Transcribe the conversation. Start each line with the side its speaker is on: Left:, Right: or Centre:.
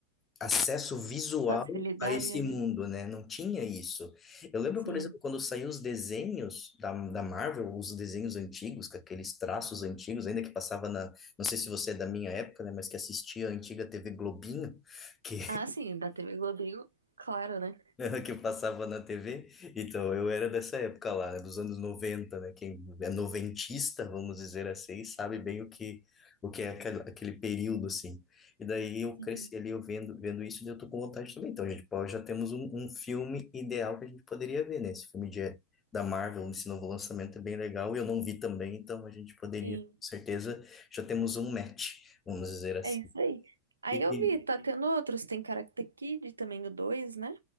Left: acesso visual
Right: Facilidade,
Left: a esse mundo,
Right: né?
Left: né? Não tinha isso. Eu lembro,
Right: Sim.
Left: por exemplo, quando saíram os desenhos da, da Marvel, os desenhos antigos, com aqueles traços antigos, ainda que passava na, não sei se você é da minha época, né, mas que assistia a antiga TV Globinho, que
Right: Ah, sim, da TV Globinho, claro, né?
Left: <laughs> que eu passava na TV. Então, eu era dessa época lá, né, dos anos 90, né? Quem é noventista, vamos dizer assim, sabe bem o que o que é aquele, aquele período, assim. E daí eu
Right: Sim.
Left: cresci ali, eu vendo, vendo isso, e eu tô com vontade também. Então, gente, pô, já temos um, um filme ideal que a gente poderia ver, né? Esse filme de, da Marvel, esse novo lançamento é bem legal, e eu não vi também, então a gente poderia,
Right: Sim.
Left: com certeza, já temos um match, vamos dizer assim.
Right: É isso aí. Aí
Left: E,
Right: eu vi, tá tendo outros. Tem Karate Kid também, o 2, né?